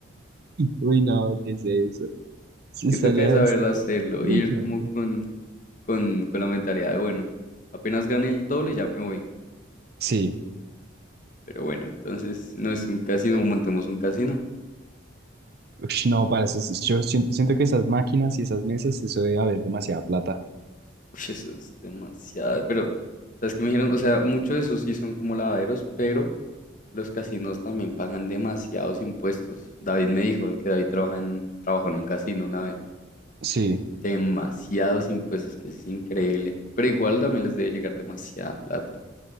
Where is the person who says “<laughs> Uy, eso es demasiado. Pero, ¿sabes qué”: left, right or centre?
Left